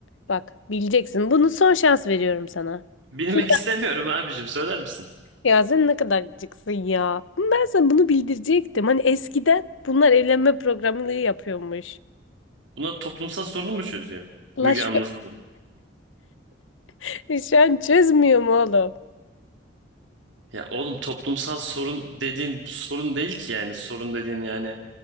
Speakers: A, on the left; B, on the right.
A: bak bileceksin. Bunu son şans veriyorum sana.
B: Bilmek
A: Şunu
B: istemiyorum abicim söyler misin?
A: ya sen ne kadar gıcıksın ya. Ben sana bunu bildirecektim. Hani eskiden bunlar evlenme programını yapıyormuş.
B: Bunlar toplumsal sorunu mu çözüyor? Müge
A: La şu,
B: Anlı falan.
A: <laughs> şu an çözmüyor mu oğlum?
B: Ya oğlum toplumsal sorun dediğin bu sorun değil ki yani. Sorun dediğin yani